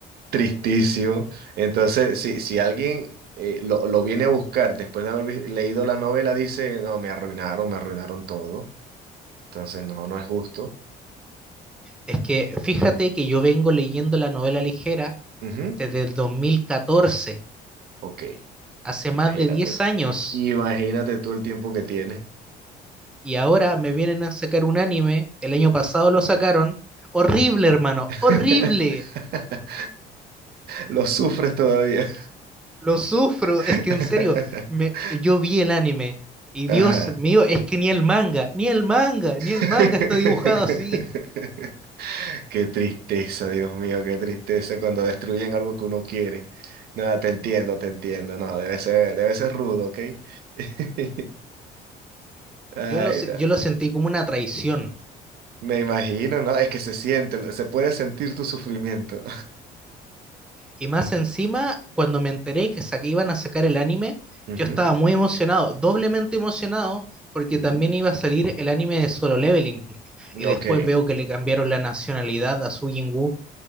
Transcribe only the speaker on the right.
Tristísimo. Entonces, si, si alguien eh, lo, lo viene a buscar después de haber vi- leído la novela, dice, no, me arruinaron, me arruinaron todo. Entonces, no, no es justo.
Ujú.
Ok,
imagínate
tú.
Imagínate tú el tiempo que tienes.
<laughs>
Lo sufres todavía.
<laughs>
Ajá.
<laughs>
Qué tristeza, Dios mío, qué tristeza cuando destruyen algo que uno quiere. Nada, te entiendo, te entiendo. No, debe ser, debe ser rudo, ¿ok? <laughs> Ay,
no.
Me imagino, ¿no? Es que se siente, se puede sentir tu sufrimiento.
<laughs> Ujú,
ujú.
Ok.